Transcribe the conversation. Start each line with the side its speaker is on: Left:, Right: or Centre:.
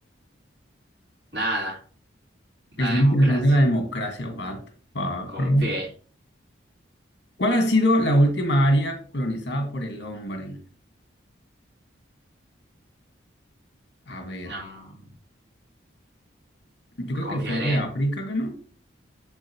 Right: nada,
Left: El
Right: la
Left: Día
Right: democracia.
Left: Internacional de la Democracia, what the fuck,
Right: Confié,
Left: bro. ¿Cuál ha sido la última área colonizada por el hombre? A ver,
Right: mm,
Left: yo creo
Right: confiaré,
Left: que el sur de África, ¿que no?